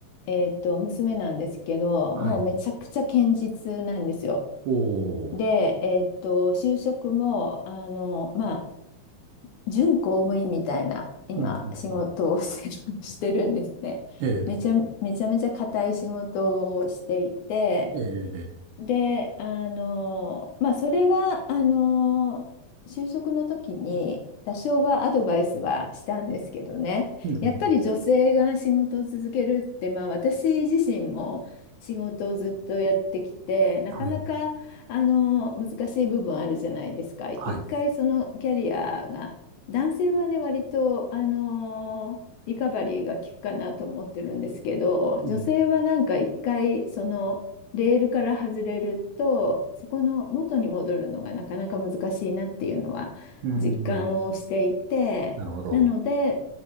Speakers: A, on the left; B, on the right.
A: えっと、娘なんですけど、
B: はい。
A: もうめちゃくちゃ堅実なんですよ。
B: おー。
A: で、えっと、就職も、あの、まあ、準公務員みたいな、今、
B: うん、うん、
A: 仕事をしてる、
B: うん。
A: <laughs> してるんですね。
B: ええ、
A: めちゃめちゃめちゃ固い仕事をしていて、
B: ええ、ええ
A: で、あの、まあ、それは、あの、就職の時に多少はアドバイスはしたんですけどね、
B: うん、うんうん。
A: やっぱり女性が仕事を続けるって、まあ、私自身も仕事をずっとやってきて、なかなか、
B: はい、
A: あの、難しい部分あるじゃないですか。一回そのキャリアが、
B: はい。
A: 男性はね、割と、あの、リカバリーが効くかなと思ってるんですけど、
B: うん、
A: 女性はなんか一回、その、レールから外れると、そこの元に戻るのがなかなか難しいなっていうのは実感をしていて、
B: うんうんうんはいはいうんうんなるほど。
A: なので、